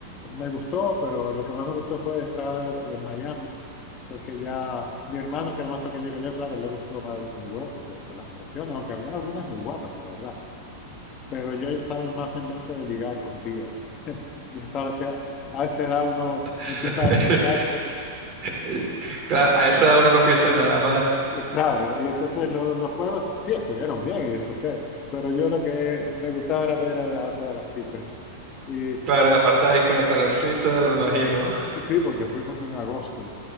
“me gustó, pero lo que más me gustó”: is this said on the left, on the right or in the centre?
Left